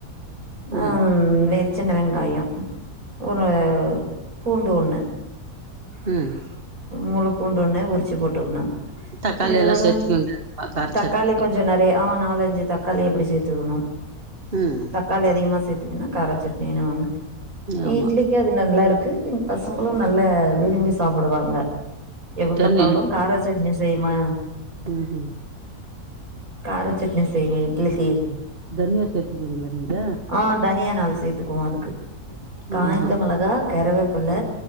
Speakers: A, on the right; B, on the right.
A: ம்
B: அம் வேர் சின்ன வெங்காயோ ஒரு பூண்டு ஒன்னு
A: ம்
B: முழு பூண்டு ஒன்னு உரிச்சு போட்டுக்குணு
A: தக்காளி
B: இதோட
A: எல்லா சேத்துக்குவீங்க கார
B: தக்காளி
A: சட்னிக்கு
B: கொஞ்சோ நெ வே ஆ நாலஞ்சு தக்காளி அப்டி சேத்துக்கணு
A: ம்
B: தக்காளி அதிகமா சேத்துக்குனா காரா சட்னிவாங்கு
A: ஆமா
B: இ்ட்லி அது நல்லாருக்கு எங்க பசங்ளு நல்லா விரும்பி ப்டுவாங்க எப்ப
A: தண்ணி
B: பாத்தாலு காரசட்னி செய்மா
A: ம் ம்
B: கார சட்னி செய்ங்க இட்லிக்கு
A: தனியா சேத்துக்குவிங்ளா நீங்க
B: ஆ தனியா நாளு சேத்துக்குவோ அதுக்கு காய்ந்த
A: ஆஹா
B: மிளகா கருவேப்பில்ல